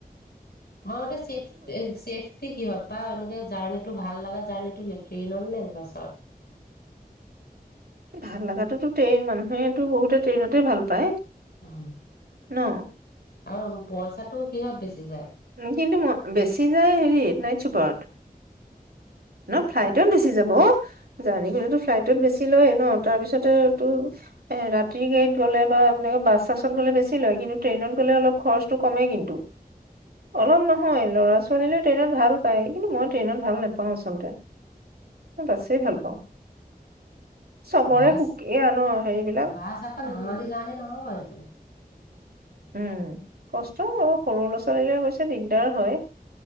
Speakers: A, on the left; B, on the right.
A: তোৰ মতে চেফ চছেফটি কিহত বা এনেকে জাৰ্ণি টো ভাল লগা জাৰ্ণো ট্ৰেইনত নে বাছত
B: ভাল লগাটো ট্ৰেইন মানুহেতটো বহুতে ট্ৰেইনতে ভাল পায় ন
A: উম আৰু পইচাটো কিহত বেছি যায়
B: উম, কিন্তু মই বেছি যায় হেৰিত, নাইত চুপাৰত। ন', ফ্লাইটত
A: উম
B: বেছি যাব অ'। জাৰ্নি গলেতো ফ্লাইটত বেছি লয়েই ন', তাৰপিছতে টো এ ৰাতিৰ গাড়ীত গ'লে বা ম তেনেকে বাছ- চাছত গ'লে বেছি লয়, কিন্তু ট্ৰেইনত গ'লে অলপ খৰচটো কমেই কিন্তু, অলপ নহয়, ল'ৰা-ছোৱালীলৈ ট্ৰেইনত ভাল পায়, কিন্তু মই ট্ৰেইনত ভাল নাপাওঁ। পাওঁ আচলতে, <unintelligible> বাছেই ভাল পাওঁ। চবৰে
A: বাছ,
B: সুকীয়া ন হেৰিবিলাক
A: বাছ আকৌ
B: উম
A: ধেমালি জাৰ্ণি নহ'ব সেইটো। <unintelligible>
B: উম, কষ্ট আৰু সৰু ল'ৰা-ছোৱালীলৈ অৱশ্যে দিগদাৰ হয়।